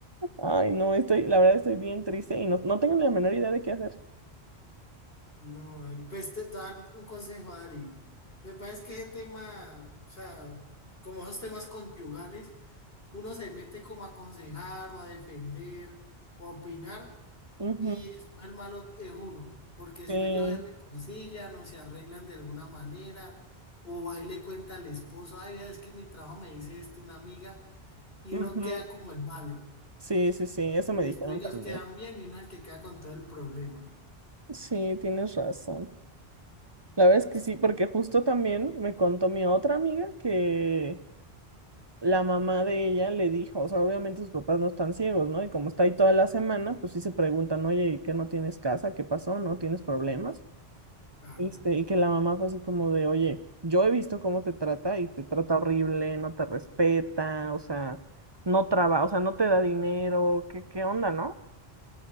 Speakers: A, on the right; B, on the left.
A: Ay, no, estoy, la verdad estoy bien triste y no, no tengo ni la menor idea de qué hacer.
B: No, Ari, pues te, te voy a dar un consejo, Ari. Me parece que ese tema, o sea, como esos temas conyugales, uno se mete como a aconsejar o a defender o a opinar
A: Ujú.
B: y después el malo es uno, porque después
A: Sí,
B: ellos se reconcilian o se arreglan de alguna manera o ahí le cuenta al esposo, ay, vea, es que en mi trabajo me dice esto una amiga y
A: ujú.
B: uno queda como el malo
A: Sí, sí, sí, eso me
B: y
A: dijeron
B: después ellos
A: también.
B: quedan bien y uno es el que queda con todo el problema.
A: Sí, tienes razón. La verdad es que
B: Sí,
A: sí, porque justo también me contó mi otra amiga que la mamá de ella le dijo, o sea, obviamente sus papás no están ciegos, ¿no? Y como está ahí toda la semana, pues sí se preguntan, oye, ¿y qué no tienes casa? ¿Qué pasó? ¿No tienes problemas?
B: claro,
A: Este, y que la mamá fue así como de, oye, yo he visto cómo te trata y te trata horrible, no te respeta, o sea, no trabaja, o sea, no te da dinero, ¿qué, qué onda, no?